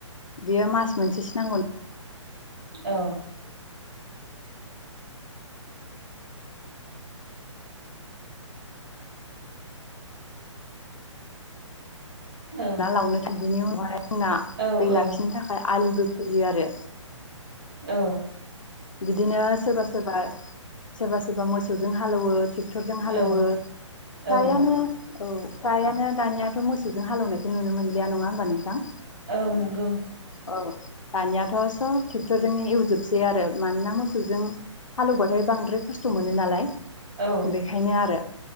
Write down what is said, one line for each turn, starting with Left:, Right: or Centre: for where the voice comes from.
Left: बेयो मास मोनसेसो नांगौ।
Right: औ। औ
Left: ना लावनो थों बिनि उनावाय जोंना
Right: औ
Left: दै लाखिनो थाखाय आलिबो खोयो आरो।
Right: औ।
Left: बिदिनो सोरबा सोरबा सोरबा सोरबा मोसौजों हालौवो। ट्रेक्टरजों हालौवो
Right: औ
Left: फ्रायानो
Right: औ
Left: औ फ्रायानो दानियाथ' मोसौजों हालौनाय बे नुनो मोनलिया नङा होनबा नोंथां।
Right: औ नंगौ।
Left: औ दानियाथ' सब ट्रेक्टरजों एवजोबसै आरो मानोना मोसौजों हालौबाथाय बांद्राय खस्थ' मोनो नालाय
Right: औ
Left: बेखायनो आरो